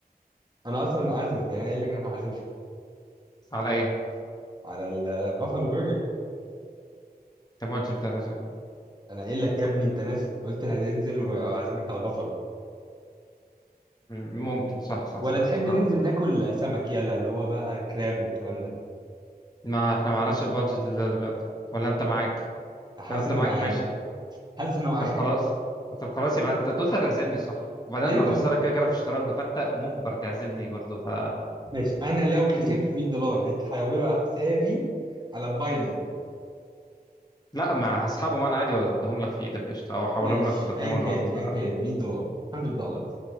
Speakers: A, on the right; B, on the left.
A: انا اصلا عازمك يعني انا قايل لك انا هعزمك
B: على ايه
A: على البافالو برجر
B: طب ما قلت انت لازم
A: انا قايل لك يا ابني انت نازل قلت هننزل وهعزمك على بافالو
B: ممكن صح صح
A: ولا
B: صح
A: تحب
B: افتكرت
A: ننزل ناكل سمك يلا اللي هو بقى كراب والكلام ده
B: ما احنا معناش البادجت لده دلوقتي ولا انت معاك
A: حاسس
B: لو انت
A: ان
B: معاك
A: معايا
B: ماشي
A: حاسس ان معايا
B: طب خلاص طب خلاص يبقى انت أنت قلت هتعزمني صح
A: <laughs>
B: وبعدين
A: ايوه
B: انا خسارة
A: يا ابني
B: كده كده في الشطرنج فانت مجبر تعزمني برضو ف
A: ماشي انا لو كسبت
B: إيه؟
A: 100 دولار هتحولوا على حسابي على باينانس
B: لا مع اصحابه ما انا عادي واديهم لك في ايدك قشطه او احولهم
A: ماشي
B: لك فودافون
A: ان كان
B: ولا
A: ان كان 100 دولار 100 دولار